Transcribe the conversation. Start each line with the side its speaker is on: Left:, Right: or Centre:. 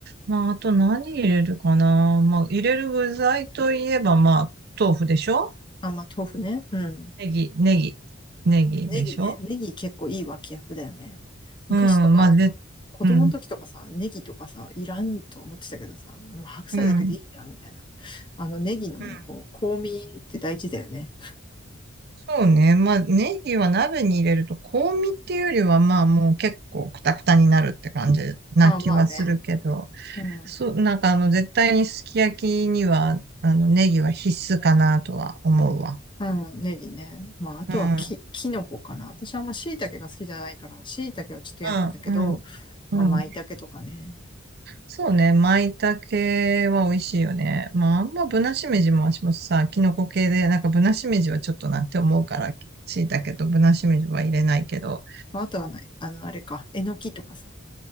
Right: まあ、あと何入れるかな。まあ、入れる具材といえば、まあ、豆腐でしょ
Left: あ、まあ豆腐ね。うん。
Right: ネギ、ネギ、ネギでしょ
Left: ネギね。ネギ結構いい脇役だよね。昔とか、
Right: うん、まあ、で、
Left: 子供の時とかさ、
Right: うん、
Left: ネギとかさ、いらんと思ってたけどさ、でも白菜だけでいいじゃんみたいな。
Right: うん、
Left: あのネギのね、
Right: うん。
Left: こう、香味って大事だよね。
Right: そうね。まあ、ネギは鍋に入れると、香味っていうよりは、まあ、もう結構クタクタになるって感じな気はするけど、
Left: ああ、まあね。うん。
Right: そう、なんかあの、絶対にすき焼きには、あの、ネギは必須かなとは思うわ。
Left: うん、ネギね。まあ、あとはき、
Right: うん、う
Left: キノコかな。私はあんま椎茸が好きじゃないから、椎茸はちょっと嫌なんだけど、
Right: ん、うん。うん
Left: まあ、舞茸とかね。
Right: そうね、舞茸は美味しいよね。まあ、あんまぶなしめじも私もさ、キノコ系で、なんかぶなしめじはちょっとなって思うから、椎茸とぶなしめじは入れないけど、
Left: まあ、あとはない、あの、あれか、えのきとかさ。